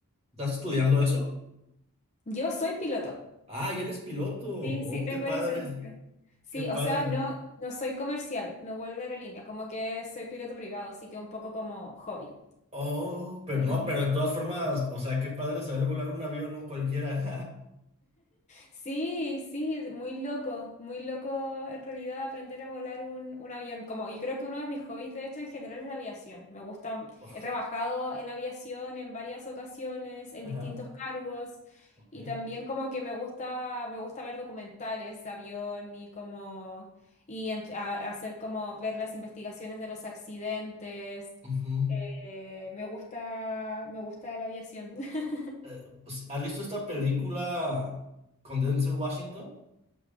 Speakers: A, on the right; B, on the left.
A: ¿Estás estudiando eso?
B: Yo soy piloto.
A: Ah, y eres piloto. Oh,
B: Sí, sí, tengo
A: qué padre.
B: licencia. Sí,
A: Qué padre.
B: o sea, no, no soy comercial, no vuelo en aerolínea, como que soy piloto privado, así que un poco como hobby.
A: Oh, pero
B: Eh,
A: no, pero de todas formas, o sea, qué padre saber volar un avión, ¿no? Cualquiera.
B: Sí, sí, muy loco, muy loco en realidad aprender a volar un, un avión. Como yo creo que uno de mis hobbies, de hecho, en general es la aviación. Me gusta,
A: <laughs>
B: he trabajado en aviación en varias ocasiones, en
A: Ajá,
B: distintos cargos,
A: ok.
B: y también como que me gusta, me gusta ver documentales de avión y como y en- a- hacer como ver las investigaciones de los accidentes.
A: Ujú.
B: Eh, me gusta, me gusta la aviación. <laughs>
A: Eh, pues, ¿has visto esta película
B: Sí.
A: con Denzel Washington?